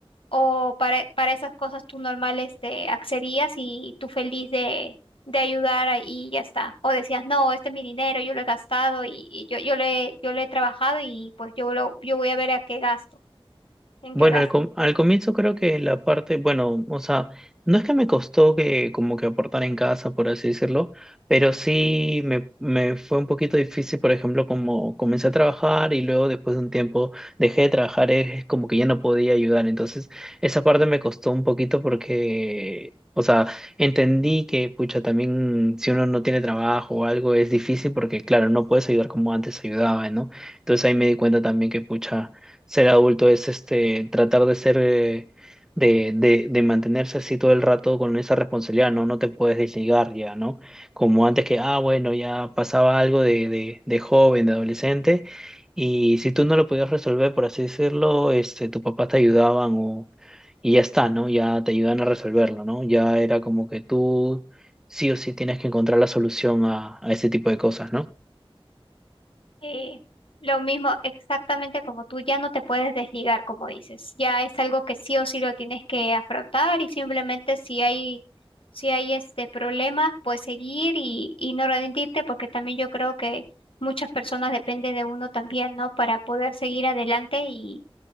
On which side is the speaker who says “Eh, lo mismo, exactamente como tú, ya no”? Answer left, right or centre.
Left